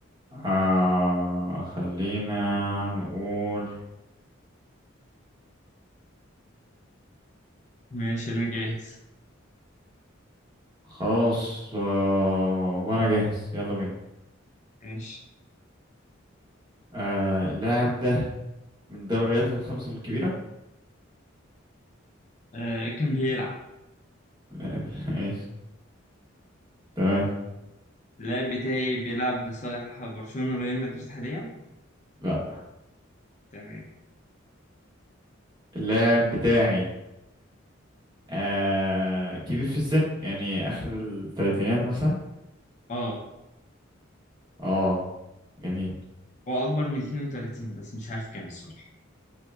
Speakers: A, on the right; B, on the left.
A: آه خلينا نقول
B: ماشي أنا جاهز
A: خلاص آه وانا جاهز يلا بينا
B: ماشي
A: آه اللاعب ده من الدوريات الخمسة الكبيرة
B: آه كان بيلعب
A: <laughs> لا، لا، ماشي تمام
B: اللاعب بتاعي بيلعب لصالح برشلونة وريال مدريد حاليا
A: لا
B: تمام
A: اللاعب بتاعي آه كبير في السن يعني آخر الثلاثينات مثلا
B: اه
A: اه جميل
B: هو أكبر من 32 بس مش عارف كام الصراحة